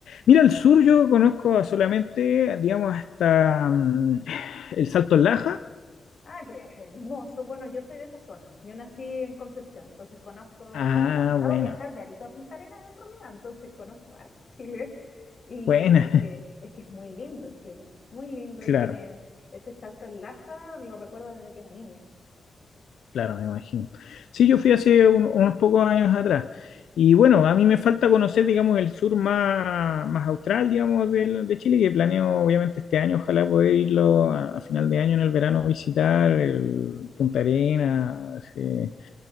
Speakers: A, on the left (about 80°); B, on the left (about 40°).
A: Mira, el sur yo conozco solamente, digamos, hasta mm, el Salto del Laja
B: Ah, qué hermoso. Bueno, yo soy de esa zona. Yo nací en Concepción, entonces conozco,
A: Ah,
B: a mí me ha tocado
A: buena,
B: viajar de Arica a Punta Arenas en realidad, entonces conozco harto Chile. Y
A: buena,
B: es
A: <laughs>
B: que, es que es muy lindo Chile, muy lindo
A: claro,
B: y tiene ese salto en Laja, lo recuerdo desde que era niña.
A: claro, me imagino. Sí, yo fui hace un- unos pocos años atrás. Y bueno, a mí me falta conocer, digamos, el sur más, más austral, digamos, del- de, Chile, que planeo, obviamente, este año, ojalá poder irlo a, a final de año en el verano, visitar el Punta Arenas, eh,